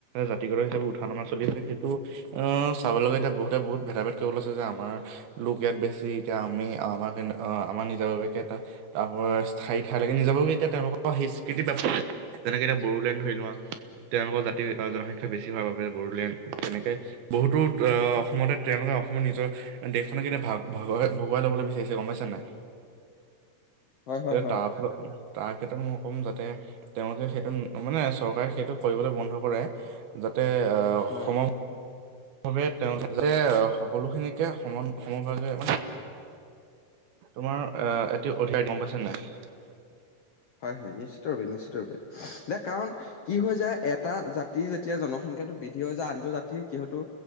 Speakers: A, on the right; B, on the left.
A: জাতিগত সেইবোৰ উঠা নমা চলি আছে সেইটো অ' চাবলে গ'লে এতিয়া বহুতে বহুত ভেদা ভেদ কৰিব লৈছে যে আমাৰ লোকে ইয়াত বেছি এতিয়া আমি আমাৰ-আমাৰ নিজাববীয়াকৈ এটা <unintelligible> স্থায়ী ঠাইলৈকে নিজাববীয়াকে এতিয়া তেওঁলোকৰ সেই স্বীকৃতিপ্ৰাপ্ত যেনেকে এতিয়া বড়োলেণ্ড ধৰি লোৱা। তেওঁলোকৰ জাতিৰ জনসংখ্যা বেছি হোৱাৰ বাবে বড়োলেণ্ড, তেনেকে বহুতো অ' অসমতে তেওঁলোকে অসমৰ নিজৰ দেশখনক এতিয়া ভাগ ভগোৱাই-ভগোৱাই ল'বলৈ বিচাৰিছে গম পাইছা নাই।
B: হয় হয়
A: এ
B: হয়
A: তাৰ-তাৰ ক্ষেত্ৰত মই ক'ম যাতে তেওঁলোকে সেইটো মানে চৰকাৰে সেইটো কৰিবলৈ বন্ধ কৰে যাতে অসমৰ
B: হয়
A: বাবে তেওঁলোকে সকলোখিনিকে সমান সমভাগে মানে তোমাৰ অ' এটি অধিকাৰ গম পাইছে নাই।
B: হয়-হয় নিশ্চিত ৰূপে নিশ্চিত ৰূপে ইয়াৰ কাৰণ কি হৈ যায় এ এটা জাতিৰ যেতিয়া জনসংখ্যাটো বৃদ্ধি হৈ যায় আনটো জাতিৰ যিহেতু